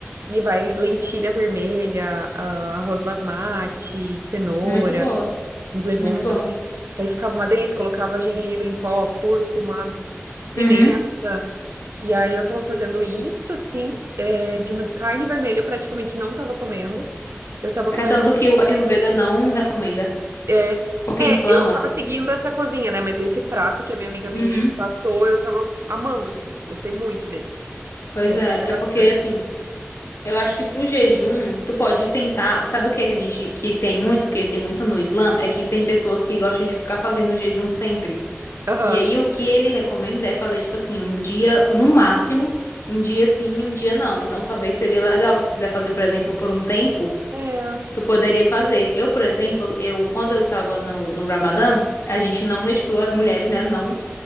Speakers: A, on the right (about 65°); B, on the left (about 70°).
A: E vai lentilha vermelha, ah, arroz basmati, cenoura,
B: Muito boa.
A: uns legumes
B: Muito bom.
A: assim. Daí ficava uma delícia, colocava gengibre em pó, cúrcuma, pimenta
B: Uhum.
A: e aí eu tava fazendo isso, assim, é, de carne vermelha eu praticamente não tava comendo. Eu tava
B: É
A: comendo
B: tanto
A: muito.
B: que o Ayurveda não recomenda,
A: É,
B: porque
A: é,
B: inflama.
A: eu não tava seguindo essa cozinha, né? Mas esse prato que a minha amiga me
B: Uhum.
A: passou, eu tava amando, assim, gostei muito dele.
B: Pois
A: E aí
B: é,
A: fazia
B: é
A: bastante.
B: porque assim, eu acho que pro jejum, tu pode tentar, sabe o que é que a gente que tem muito, que tem muito no Islã, é que tem pessoas que gostam de ficar fazendo jejum sempre.
A: Aham.
B: E aí o que ele recomenda é fazer, tipo assim, um dia, no máximo, um dia sim, um dia não. Então talvez seria legal, se tu quiser fazer, por exemplo, por um tempo,
A: É,
B: tu poderia fazer. Eu, por exemplo, eu quando eu tava no, no Ramadã, a gente não menstrua, as mulheres, né, não